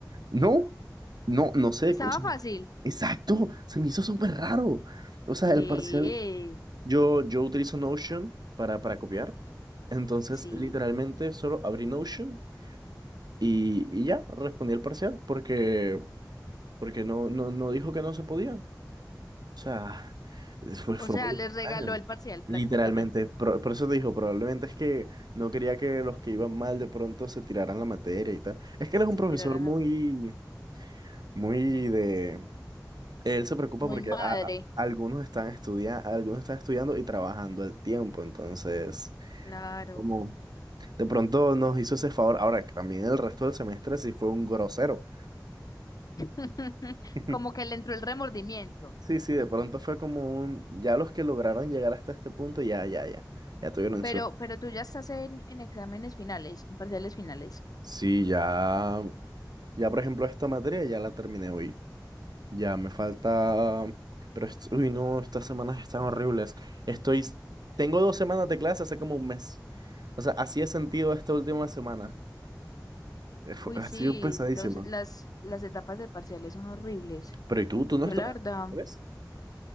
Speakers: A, on the right; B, on the left.
A: No, No, no sé.
B: Estaba
A: o sea,
B: fácil,
A: exacto, se me hizo súper raro. O sea,
B: ¿Qué?
A: el parcial, yo, yo utilizo Notion para, para copiar. Entonces,
B: sí,
A: literalmente, solo abrí Notion y, y ya, respondí el parcial porque, porque no, no, no dijo que no se podía. O sea, fue,
B: o
A: fue
B: sea,
A: muy
B: les
A: extraño.
B: regaló el parcial prácticamente,
A: Literalmente, por, por eso te dijo, probablemente es que no quería que los que iban mal de pronto se tiraran la materia y tal. Es que él es un
B: se
A: profesor
B: tiraron
A: muy,
B: la materia.
A: muy de, Él se preocupa
B: Muy
A: porque
B: madre,
A: a- a- algunos están estudiando, algunos están estudiando y trabajando al tiempo, entonces,
B: claro,
A: como de pronto nos hizo ese favor, ahora que también el resto del semestre sí fue un grosero.
B: <laughs>
A: <laughs>
B: como que le entró el remordimiento,
A: Sí, sí, de pronto fue como un, ya los que lograron llegar hasta este punto, ya, ya, ya, ya tuvieron
B: pero,
A: suerte.
B: pero tú ya estás en, en exámenes finales, en parciales finales.
A: Sí, ya, ya por ejemplo esta materia ya la terminé hoy. Ya, me falta... Pero, est- uy, no, estas semanas están horribles. Estoy... s- Tengo dos semanas de clase hace como un mes. O sea, así he sentido esta última semana. Eh, fue-
B: Uy,
A: Ha
B: sí,
A: sido pesadísima.
B: los, las, las etapas de parciales son horribles.
A: Pero, ¿y tú? ¿Tú no
B: Yo
A: estás?
B: la verdad
A: ¿Sabes?